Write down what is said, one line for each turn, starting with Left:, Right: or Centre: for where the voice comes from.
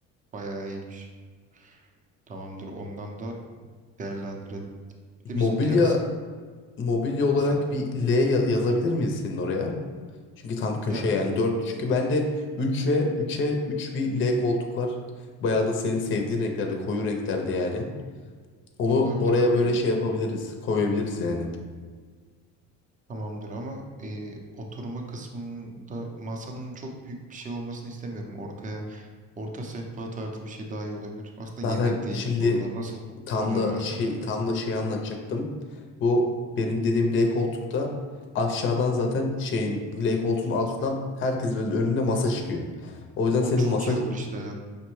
Right: Bayağı iyiymiş. Tamamdır. Ondan da değerlendirelim. Bir de
Left: Mobilya
Right: bizim terasın
Left: mobilya olarak
Right: bir sa-
Left: bir L ya- yazabilir miyiz senin oraya? Çünkü tam köşe
Right: Ya
Left: yani dört Çünkü bende üçe üçe 3 bir L koltuk var. Bayağı da senin sevdiğin renklerde, koyu renklerde yani. Onu
Right: olabilir
Left: oraya
Right: aslında.
Left: böyle şey yapabiliriz, koyabiliriz yani.
Right: Tamamdır ama e, oturma kısmında masanın çok büyük bir şey olmasını istemiyorum. Ortaya orta sehpa tarzı bir şey daha iyi olabilir. Aslında
Left: Zaten
Right: yemek de yiyeceğiz
Left: şimdi
Right: orada. Nasıl
Left: tam
Right: karar
Left: da
Right: versem
Left: şey
Right: bilemedim.
Left: tam da şey anlatacaktım. Bu benim dediğim L koltukta aşağıdan zaten şeyin L koltuğun altından herkes böyle önünde masa çıkıyor. O yüzden
Right: O
Left: senin
Right: çok
Left: masa
Right: iyi olur işte ya.